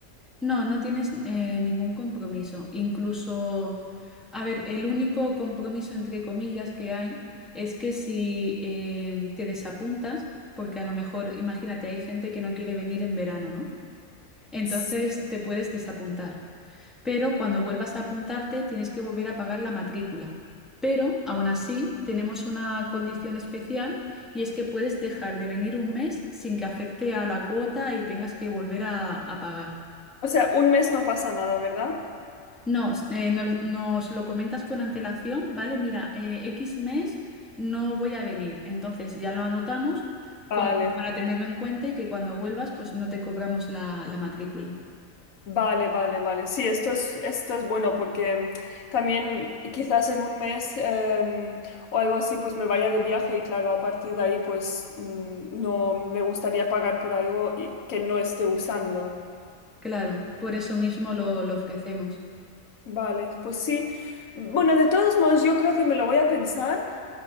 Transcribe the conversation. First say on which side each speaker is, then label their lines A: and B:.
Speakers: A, in the centre; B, on the left.
A: No, no tienes eh, ningún compromiso. Incluso, a ver, el único compromiso entre comillas que hay es que si em, te desapuntas, porque a lo mejor, imagínate, hay gente que no quiere venir en verano, ¿no? Entonces
B: S-
A: te puedes desapuntar. Pero cuando vuelvas a apuntarte, tienes que volver a pagar la matrícula. Pero aún así, tenemos una condición especial y es que puedes dejar de venir un mes sin que afecte a la cuota y tengas que volver a a pagar.
B: O sea, un mes no pasa nada, ¿verdad?
A: Nos, eh, nos, nos lo comentas con antelación, ¿vale? Mira, eh, X mes no voy a venir, entonces ya lo anotamos como
B: Vale,
A: para tenerlo en cuenta y que cuando vuelvas pues no te cobramos la, la matrícula.
B: vale, vale, vale. Sí, esto es, esto es bueno porque también quizás en un mes em, o algo así, pues me vaya de viaje y claro, a partir de ahí, pues mm, no me gustaría pagar por algo y- que no esté usando.
A: Claro, por eso mismo lo, lo ofrecemos.
B: Vale, pues sí. Bueno, de todos modos, yo creo que me lo voy a pensar